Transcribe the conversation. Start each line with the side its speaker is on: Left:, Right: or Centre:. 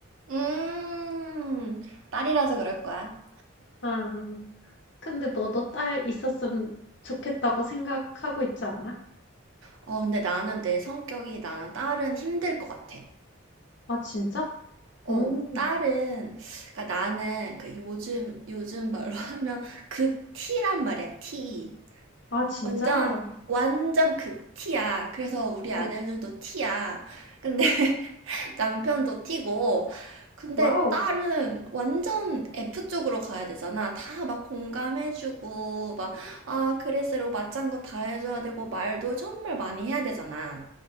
Right: 음, 딸이라서 그럴 거야.
Left: 아. 근데 너도 딸 있었으면 좋겠다고 생각하고 있지 않아?
Right: 어, 근데 나는 내 성격이 나는 딸은 힘들 것 같아.
Left: 아, 진짜?
Right: 어,
Left: 오,
Right: 딸은, 그러니까 나는 그 요즘, 요즘 말로 <laughs> 하면 극 T란 말이야, T.
Left: 아, 진짜?
Right: 완전 완전 극티야. 그래서 우리 아들들도
Left: 어,
Right: 티야. 근데 <laughs> 남편도 티고. 근데
Left: 와우.
Right: 딸은 완전 F 쪽으로 가야 되잖아. 다 막 공감해주고, 막, 아, 그랬으라고 맞장구 다 해줘야 되고, 말도 정말 많이 해야 되잖아.